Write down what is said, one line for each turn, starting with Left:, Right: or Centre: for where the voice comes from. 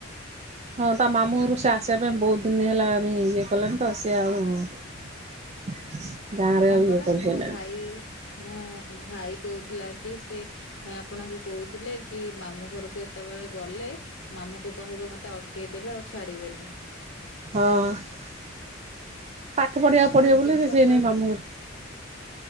Right: ହଁ ତା ମାମୁଁର ସେ ଆସିବା ପାଇଁ ବୋହୁତ ଦିନ ହେଲାଣି ଇଏ କଲେଣି ତ ସିଏ ଆଉ <inaudible>
Left: ହଁ ପରା
Right: ଇଏ କରିପାରିଲାନି
Left: ମୋ ଭାଇ ମୁଁ ଭାଇ କହୁଥିଲା କି ସେ ଆପଣଙ୍କୁ କହୁଥିଲେ କି ମାମୁଁ ଘରକୁ ଏତେବେଳେ ଗଲେ ମାମୁଁ କ କହିବ ମତେ ଅଟକେଇ ଦେବେ ଆଉ ଛାଡିବେନି।
Right: ହଁ। <inaudible> ପାଠ ପଢିବା ପଢିବା
Left: ଆଜି
Right: ବୋଲି
Left: ବି ସକାଳେ
Right: ସେଇନାଇଁ ମାମୁର।